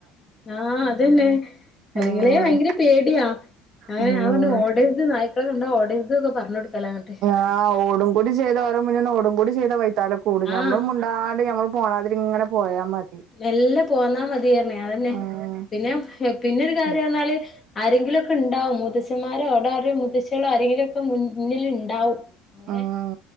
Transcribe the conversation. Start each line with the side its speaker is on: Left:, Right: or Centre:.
Left: ആഹ അതന്നെ അല്ലെങ്കിലേ
Right: ഉം
Left: ഭയങ്കര പേടിയാ അങ്ങനെ
Right: ഉം
Left: ഞാൻ പറഞ്ഞ് ഓടരുത് നായ്ക്കളെ കണ്ടാ ഓടരുത് ഒക്കെ പറഞ്ഞ് കൊടുക്കലാ അങ്ങട്ട്
Right: ആ് ഓടും കൂടി ചെയ്ത ഓരോ മുന്നോന്ന് ഓടും കൂടി ചെയ്ത വൈത്താല കൂടി ഞമ്മള്
Left: ആഹ്
Right: മുണ്ടാണ്ട് മ്മ പോണാതിരി ഇങ്ങനെ പോയാ മതി
Left: മെല്ലെ പോന്നാ മതിയാർന്നെ അതന്നെ
Right: ഉം
Left: പിന്നെ പിന്നെൊരു കാര്യംന്നാല്
Right: ഉം
Left: ആരെങ്കിലൊക്കെ ഉണ്ടാവും മൂ മൂത്തച്ഛന്മാരോ അവിടെ ആരോ മൂത്തച്ചീളോ അവിടെ ആരെങ്കിലും ഒക്കെ മുന്നിൽണ്ടാവും അങ്ങനെ
Right: ഉം